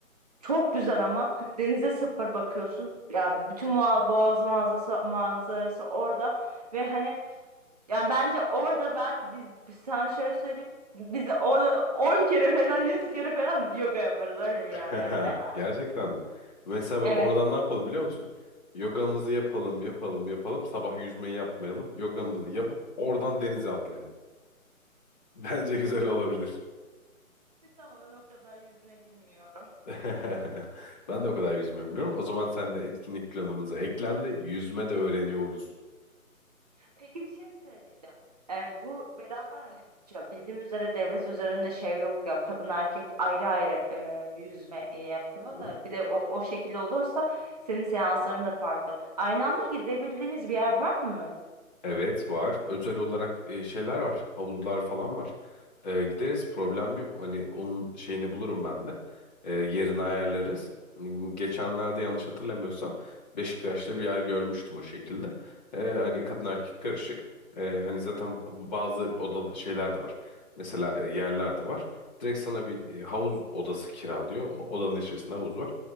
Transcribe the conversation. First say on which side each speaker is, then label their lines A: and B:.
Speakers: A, on the right (about 25°); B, on the left (about 30°).
A: Çok güzel ama hani denize sıfır bakıyorsun. Ya bütün mua- boğaz manzarası, manzarası orada ve hani yani bence orada ben biz, biz sana şöyle söyleyeyim. Biz orada 10 kere falan 100 kere falan yoga yaparız öyle bir
B: <laughs>
A: yerde yani.
B: Gerçekten mi? Mesela bak
A: Evet.
B: oradan ne yapalım biliyor musun? Yogamızı yapalım, yapalım, yapalım. Sabah yüzmeyi yapmayalım. Yogamızı yapıp oradan denize atlayalım. <laughs> Bence güzel olabilir.
A: Ama ben o kadar yüzme bilmiyorum.
B: <laughs> Ben de o kadar yüzme bilmiyorum. O zaman sen de etkinlik planımıza eklendi. Yüzme de öğreniyoruz.
A: Peki bir şey söyleyeceğim. Ee, bu beraber hani ya bildiğim üzere devlet üzerinde şey yok ya kadın erkek ayrı ayrı e, yüzme yapıyor
B: Hı hı.
A: da bir de o, o şekilde olursa senin seansların da farklı. Aynı anda gidebildiğimiz bir yer var mı?
B: Evet var. Özel olarak e, şeyler var. Havuzlar falan var. E, gideriz problem yok. Hani onun şeyini bulurum ben de. E, yerini ayarlarız. Hmm, Geçenlerde yanlış hatırlamıyorsam Beşiktaş'ta bir yer görmüştüm o şekilde. E, hani kadın erkek karışık. E, hani zaten bazı oda şeyler de var. Mesela e, yerler de var. Direkt sana bir e, havuz odası kiralıyor. O, odanın içerisinde havuz var.